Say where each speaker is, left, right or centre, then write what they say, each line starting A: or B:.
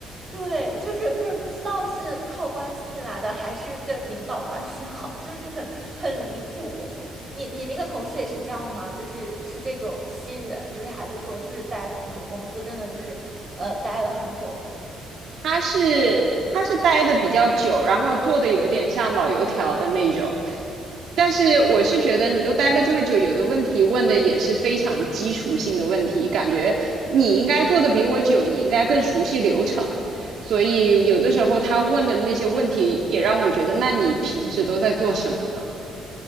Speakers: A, on the right; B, on the right.
A: 对，就是就是不知道是靠关系进来的，还是跟领导关系好，<laughs> 就是很很离谱。你你那个同事也是这样吗？就是是这种新人，就是还是说就是在你们公司真的就是呃待了很久了
B: 他是他是待的比较久，然后做的有点像老油条的那种。但是我是觉得你都待了这么久，有的问题问的也是非常基础性的问题，感觉你应该做的比我久，你应该更熟悉流程。所以有的时候他问的那些问题也让我觉得，那你平时都在做什么呢？